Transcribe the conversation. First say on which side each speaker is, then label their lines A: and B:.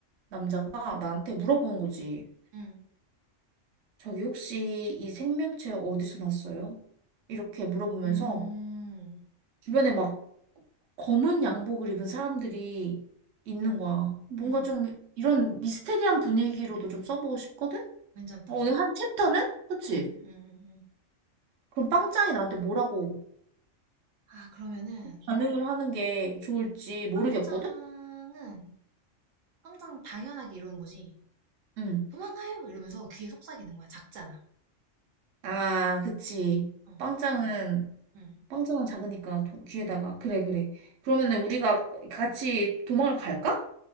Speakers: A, on the right (about 65°); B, on the right (about 80°).
A: 남자가 나한테 물어보는 거지.
B: 응.
A: 저기 혹시 이 생명체 어디서 났어요? 이렇게 물어보면서
B: 음,
A: 주변에 막 검은 양복을 입은 사람들이 있는 거야. 뭔가
B: 응.
A: 좀 이런 미스테리한 분위기로도 좀 써보고 싶거든?
B: 괜찮다.
A: 어, 오늘 한 챕터는? 그치?
B: 응, 응, 응, 응.
A: 그럼 빵짱이 나한테 뭐라고
B: 아, 그러면은,
A: 반응을 하는 게 좋을지 모르겠거든?
B: 빵짱은, 빵짱 당연하게 이러는 거지.
A: 응.
B: 도망가요! 이러면서 귀에 속삭이는 거야. 작잖아.
A: 아, 그치.
B: 어,
A: 빵짱은,
B: 응.
A: 빵짱은 작으니까 도- 귀에다가. 그래, 그래. 그러면은 우리가 같이 도망을 갈까?